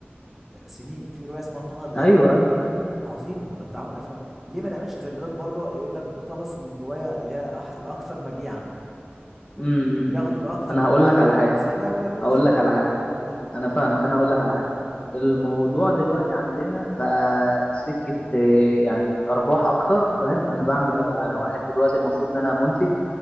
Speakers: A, in the centre; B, on the left.
A: آه، سنين في روايه اسمها طه الغريب
B: ايوه ايوه
A: عظيمه لو اتعمل افلام ليه ما نعملش زي بلاد بره يقول لك مقتبس من روايه اللي هي أح- الاكثر مبيعا
B: امم أمم،
A: ياخدوا
B: أمم.
A: الاكثر
B: ما انا
A: مبيعا
B: هقول لك على
A: كل
B: حاجة
A: سنه ويعملوه
B: هقول
A: فيلم
B: لك على حاجة
A: قول لي
B: انا فاهمك انا هقول لك على حاجه الموضوع دلوقتي عندنا بقى سكه آه، يعني ارباح اكتر فاهم انا بعمل
A: اه
B: ايه بقى انا واحد دلوقتي المفروض ان انا منتج